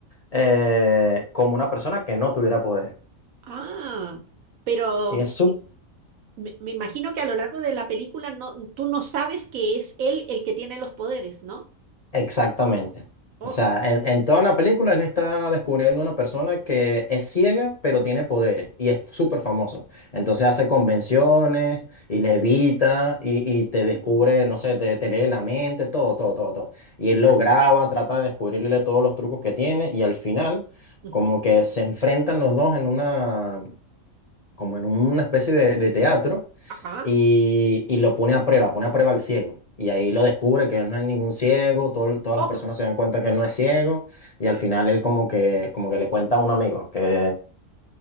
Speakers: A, on the left; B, on the right.
A: eh, como una persona que no tuviera poder.
B: ah, pero
A: Y es súper...
B: me, me imagino que a lo largo de la película no, tú no sabes que es él el que tiene los poderes, ¿no?
A: Exactamente.
B: Oh,
A: O sea, en, en toda la película él está descubriendo una persona que es ciega, pero tiene poderes y es súper famoso. Entonces hace convenciones y levita y, y te descubre,
B: mm,
A: no sé, te, te lee la mente, todo, todo, todo, todo. Y él lo graba, trata de descubrirle todos los trucos que tiene y al final
B: ujú,
A: como que se enfrentan los dos en una, como en una especie de de teatro
B: ajá,
A: y, y lo pone a prueba, pone a prueba al ciego. Y ahí lo descubre que él no es ningún ciego, todo- todas
B: oh,
A: las personas se dan cuenta que él no es ciego y al final él como que, como que le cuenta a un amigo que